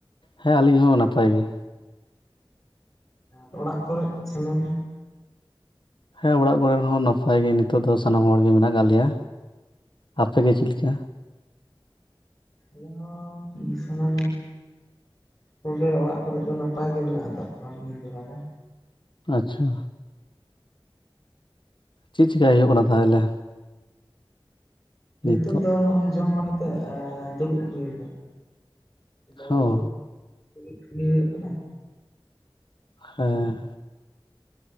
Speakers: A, on the left; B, on the left.
A: ᱦᱮᱸ ᱟᱹᱞᱤᱧ ᱦᱚᱸ ᱱᱟᱯᱟᱭ ᱜᱮ
B: ᱟᱨ ᱚᱲᱟᱜ ᱠᱚᱨᱮ ᱥᱟᱱᱟᱢ
A: ᱦᱮᱸ ᱚᱲᱟᱜ ᱠᱚᱨᱮᱦᱚᱸ ᱱᱟᱯᱟᱭ ᱜᱮ ᱱᱤᱛᱚᱜ ᱫᱚ ᱥᱟᱱᱟᱢ ᱦᱚᱲ ᱜᱮ ᱢᱮᱱᱟᱜ ᱠᱟᱜ ᱞᱮᱭᱟ ᱟᱯᱮ ᱜᱤ ᱪᱮᱫ ᱞᱮᱠᱟ
B: ᱟᱞᱮ ᱦᱚᱸ ᱥᱟᱱᱟᱢ ᱠᱚᱜᱮ ᱚᱲᱟᱜ ᱠᱚᱨᱮᱜ ᱫᱚ ᱱᱟᱯᱟᱭ ᱜᱮ ᱢᱮᱱᱟᱜ ᱟᱠᱟᱜ ᱠᱚᱣᱟ ᱱᱤᱛ ᱵᱮᱲᱟ ᱫᱚ
A: ᱟᱪᱪᱷᱟ ᱪᱤᱫ ᱪᱤᱠᱟᱹᱭ ᱦᱩᱭᱩᱜ ᱠᱟᱱᱟ ᱛᱟᱦᱚᱞᱮ
B: ᱱᱤᱛᱳᱜ
A: ᱱᱤᱛᱚᱜ
B: ᱫᱚ ᱱᱚᱜᱼᱚᱭ ᱡᱚᱢ ᱵᱟᱲᱟᱛᱮ ᱮᱸ ᱫᱩᱲᱩᱵ ᱦᱩᱭ ᱠᱟᱱᱟ ᱟᱫᱚ
A: ᱦᱚᱸ
B: ᱱᱚ <unintelligible> ᱠᱟᱱᱟᱭ
A: ᱦᱮᱸ